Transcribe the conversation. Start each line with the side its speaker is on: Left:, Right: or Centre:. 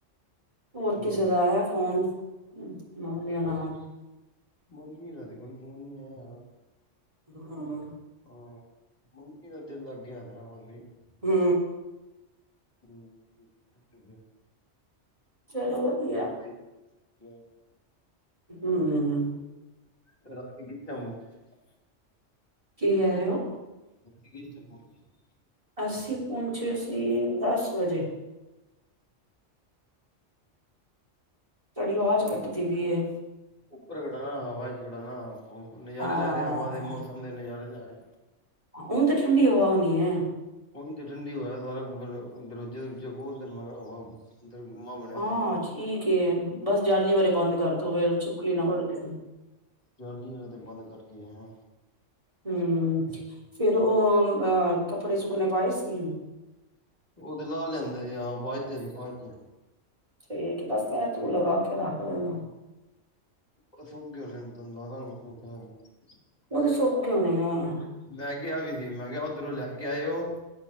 Right: ਹੋਰ ਕਿਸੇ
Left: ਹੂੰ।
Right: ਦਾ ਆਇਆ ਫੋਨ? ਮੰਮੀ ਹੋਣਾ
Left: ਉਹ
Right: ਦਾ।
Left: ਮੰਮੀ ਦਾ ਤੇ ਕੋਈ ਫੋਨ ਨਹੀਂ ਆਇਆ।
Right: ਹਮ <unintelligible>
Left: ਹਾਂ ਮੰਮੀ ਦਾ ਦਿਲ ਲੱਗ ਗਿਆ ਹੈਦਰਾਬਾਦ ਬਈ।
Right: ਹੁ।
Left: ਹੂੰ, <unintelligible> ਤੋ ਗਿਐ।
Right: ਚਲੋ ਵਧੀਆ
Left: ਫੇਰ ਵੜੀ ਗਿਐ।
Right: ਉਹੂੰ।
Left: ਤਰਾਪੇ ਕੀ ਭੈਣ। <unintelligible>
Right: ਕੀ ਕੈ ਰੇ ਔ?
Left: ਹੋੱਤੀ ਯਹੀ ਸੇ ਖੋਲਣੀ। <unintelligible>
Right: ਅਸੀਂ ਪੋੰਚੇ ਸੀ ਦਸ ਵਜੇ। ਤਾਡੀ ਵਾਜ਼ ਕਟਦੀ ਪੀਏ।
Left: ਉੱਪਰ ਖੜਾ ਣਾ ਹਵਾ ਚ ਖੜਾ ਣਾ ਨਜ਼ਾਰੇ
Right: ਹਾਂ
Left: ਲੈ ਰੇ ਆ ਹਵਾ ਦੇ ਮੌਸਮ ਦੇ ਨਜ਼ਾਰੇ ਲੈ ਰੇਆ।
Right: ਹੁਣ ਤੇ ਠੰਡੀ ਹਵਾ ਹੋਣੀ ਏ।
Left: ਓੰਝ ਤੇ ਠੰਡੀ ਹਵਾਏ ਸਾਰਾ ਦਰਵਾਜੇ ਦੁਰਜੇ ਖੋਲਤੇ ਮੈ ਕੇਆ ਹਵਾ ਅੰਦਰ ਗੁੰਮਾ ਬਣਿਆ
Right: ਹਾਂ
Left: ਦਾ ਸਾਰਾ
Right: ਠੀਕ ਏ ਬਸ ਜਾਲੀ ਵਾਲੇ ਬੰਦ ਕਰਦੋ ਤੋ ਫਿਰ ਛਿਪਕਲੀ ਨਾ ਵੱਡ ਜਾਏ।
Left: ਜਾਲੀ ਵਾਲੇ ਤੇ ਬੰਦ ਕਰਕੇ ਗਿਆ।
Right: ਹੂੰ ਫਿਰ ਉਹ ਕੱਪੜੇ ਸੁੱਕਣੇ ਪਾਏ ਸੀ।
Left: ਉਹ ਤੇ ਲਾਹ ਲਿਆਂਦੇ ਆਵਾਜ਼ ਤੇਰੀ ਆਵਾਜ਼ ਤੇਰੀ
Right: ਠੀਕ ਬਸ ਇਹ ਤੂੰ ਲਗਾ ਕੇ ਰੱਖ ਦੇਨਾ।
Left: ਉਹ ਸੁਕ ਗਏ ਹੋਣੇ ਨੇ <unintelligible>
Right: ਉਹ ਤਾਂ ਸੋਕ ਗੇ ਹੋਣੇ ਨੇ ਹਾਂ।
Left: ਮੈਂ ਕਿਹਾ ਵੀ ਸੀ ਮੈਂ ਕਿਹਾ ਉੱਧਰੋਂ ਲੈ ਕੇ ਆਇਓ